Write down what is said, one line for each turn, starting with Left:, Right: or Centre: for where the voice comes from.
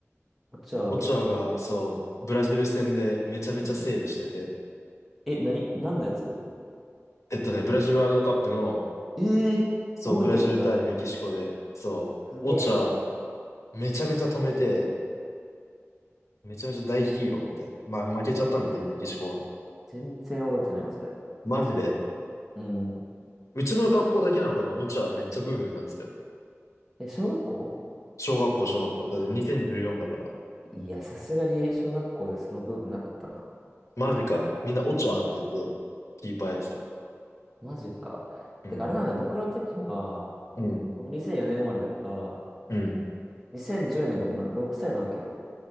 Centre: う。オチョは結構。
Left: オチョアが、そう、ブラジル戦でめちゃめちゃセーブしてて。
Centre: うん。え、なに、何のやつ
Left: えっとね、ブラジルワールドカップの、
Centre: ええー覚えてるんだ。
Left: そう、ブラジル対メキシコで、そう、
Centre: すげえ。
Left: オチョアめちゃめちゃ止めて、めちゃめちゃ大ヒーローみたいな。まあ、負けちゃったんだけど、
Centre: 全
Left: メキシコが。
Centre: 全然覚えてないわ、それ。
Left: マジで。
Centre: うん。
Left: うちの学校だけなのかなオチャめっちゃブームになってたよ。
Centre: え、小学校
Left: 小学校、小学校。だって2014だから。
Centre: いや、さすがに小学校でそのブームなかったな。
Left: マジか。みんなオチャって言って、
Centre: うん。
Left: キーパーやってた。
Centre: マジか。
Left: うん。
Centre: てか、あれなんだよ、僕の時は、
Left: うん。
Centre: 僕2004年生まれだから、
Left: うん。
Centre: 2010年がもう6歳なわけよ。